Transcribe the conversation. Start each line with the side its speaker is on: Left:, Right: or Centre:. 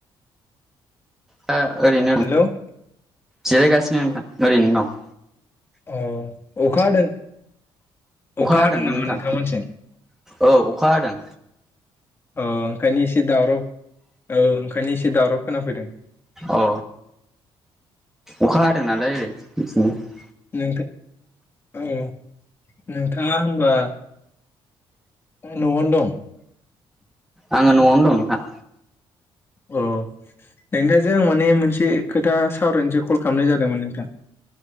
Centre: दा ओरैनो
Left: हेल' अ
Centre: जिरायगासिनो नोंथां ओरैनो दं
Left: अ अखा हादों अखा
Centre: हादोंमोन
Left: हादों नामा
Centre: नोंथां
Left: नोंथांमोनथिं
Centre: औ अखा हादों
Left: औ ओंखायनो एसे दावराव औ ओंखायनो एसे दावराव खोनाफैदों
Centre: औ अखा हादों नालाय ओरै <unintelligible>
Left: नोंथां औ नोंथाङा होनबा न'आवनो दं
Centre: आङो न'आवनो दं नोंथां
Left: अ नोंथांजों आं माने मोनसे खोथा सावरायनोसो कल खालामनाय जादोंमोन नोंथां